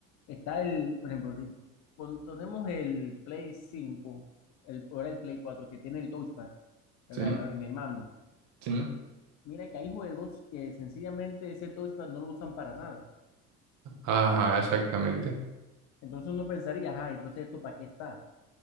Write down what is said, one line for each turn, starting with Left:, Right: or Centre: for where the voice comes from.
Left: está el, por ejemplo, di- cuando tenemos el Play cinco el, ahora el Play 4 que tiene el touchpad, ¿verdad?
Right: Sí,
Left: En, la- en el mando.
Right: sí.
Left: Mira que hay juegos que sencillamente ese touchpad no lo usan para nada.
Right: Ajá, exactamente.
Left: Entonces uno pensaría, ajá, entonces esto para qué está.